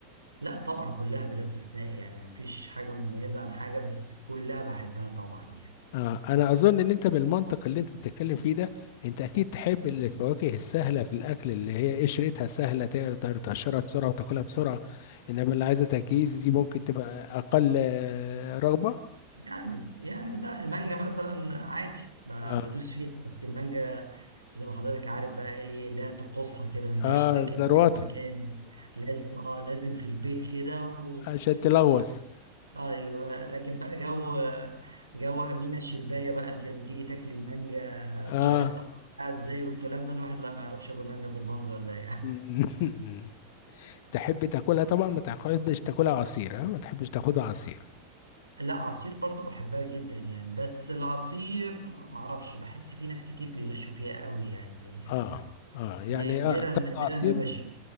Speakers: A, on the right (about 85°); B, on the left (about 50°).
A: لا طبعا كلها بلا استثناء يعني مفيش حاجة مميزة عن حاجة بس كلها بحبها طبعا يعني
B: آه انا اظن ان انت بالمنطق اللي انت بتتكلم فيه ده انت اكيد تحب الفواكه السهله في الاكل اللي هي قشرتها سهله تقدر تقشرها بسرعه وتاكلها بسرعه انما اللي عايزه تجهيز دي ممكن تبقى اقل آه، رغبه
A: يعني يعني لا المانجا مثلا عادي ب-
B: اه
A: بدوس فيها بس المانجا زي ما حضرتك عارف بقى ايه لا تقصها كده ما ينفعش
B: اه
A: تاكل
B: زروطه
A: في أي مكان
B: <laughs>
A: لازم اه لازم في البيت كده و...
B: عشان تلغوص
A: ايوه لكن بقى جو جو امينه الشلبايه بقى انت لما تيجي تاكلي المانجا
B: اه
A: مش عارف تقطعها ازاي والكلام ده الواحد لا ما يعرفش ياكل مانجا بالمنظر ده يعني
B: <laughs> تحب تاكلها طبعا ما تحبش تاكلها عصير ها ما تحبش تاخدها عصير
A: لا عصير برضو بحبها جدا يعني بس العصير معرفش بحس في ناس كتير بيغشوا فيها قوي يعني
B: اه اه يعني
A: نادرا
B: اه
A: نادرا
B: تاخد عصير
A: ما بش